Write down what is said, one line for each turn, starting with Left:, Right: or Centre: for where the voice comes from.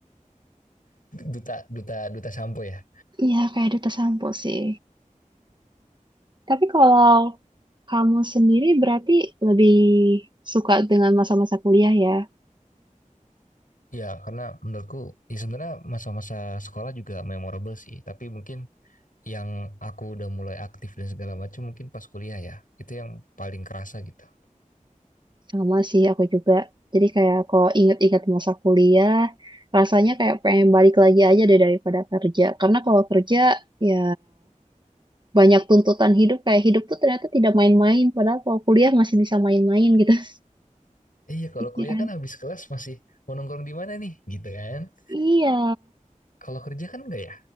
Left: duta duta duta sampo ya
Right: Iya, kayak duta sampo sih. Tapi kalau kamu sendiri berarti lebih suka dengan masa-masa kuliah ya?
Left: Iya, karena menurutku ya sebenarnya masa-masa sekolah juga memorable sih. Tapi mungkin yang aku udah mulai aktif dan segala macam mungkin pas kuliah ya. Itu yang paling kerasa gitu.
Right: Sama sih aku juga. Jadi kayak kalau inget-inget masa kuliah, rasanya kayak pengen balik lagi aja deh daripada kerja. Karena kalau kerja, ya banyak tuntutan hidup kayak hidup tuh ternyata tidak main-main padahal kalau kuliah masih bisa main-main gitu <laughs>
Left: Iya, kalau
Right: pikiran
Left: kuliah kan habis kelas masih mau nongkrong di mana nih, gitu kan?
Right: iya
Left: Kalau kerja kan enggak ya?